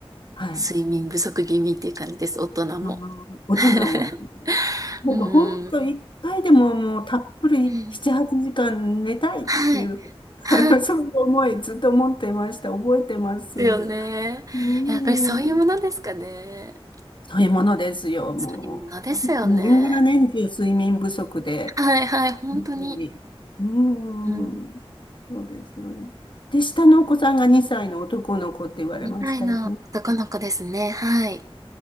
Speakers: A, on the left; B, on the right.
A: はい。
B: 睡眠不足気味っていう感じです、大人も。
A: うん大人もね。
B: <laughs>
A: なんか本当一回でももうたっぷり7、
B: うん。うん
A: 8時間寝たいっていう、
B: はい。はい。
A: あのそういう思いずっと持ってました。覚えてます。
B: ですよね。
A: うん。
B: やっぱりそういうものですかね。
A: そういうものですよ、も
B: そういうものですよね。
A: う。年がら年中睡眠不足で。
B: はいはい、本当に。
A: 本当にうん。
B: うん。
A: そうですよね。で、下のお子さんが2歳の男の子って言われましたよね。
B: 2いの男の子ですね。はい。